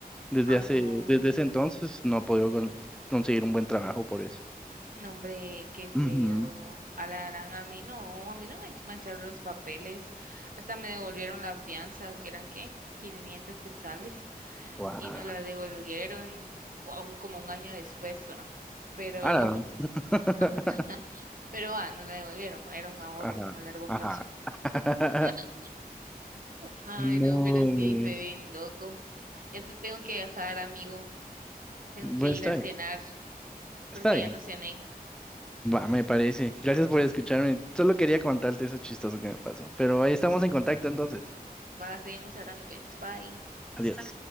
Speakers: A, in the centre; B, on the right.
A: Desde
B: Ay,
A: hace,
B: no.
A: desde ese entonces no he podido con- conseguir un buen trabajo por eso.
B: No, hombre, qué feo.
A: Ujú.
B: A la gran, a mí no, a mí no me mancharon los papeles. Hasta me devolvieron la fianza, que eran qué, 500 quetzales,
A: Guau.
B: y nos la devolvieron o aún como un año después, ah, Pero,
A: Ahora no.
B: <laughs>
A: <laughs>
B: ah, pero ah, nos la devolvieron, va, era un ahorro
A: Ajá,
B: a largo
A: ajá.
B: plazo.
A: <laughs>
B: <laughs> Ay,
A: No,
B: no, pero sí,
A: me...
B: fue bien loco. Ya te tengo que dejar, amigo. Tengo que
A: Pues
B: ir
A: está
B: a cenar
A: bien,
B: porque
A: está bien.
B: ya no cené.
A: Va, me parece. Gracias por escucharme. Solo quería contarte eso chistoso que me pasó. Pero ahí estamos en contacto entonces.
B: Va, seguimos hablando, pues, bye.
A: Adiós.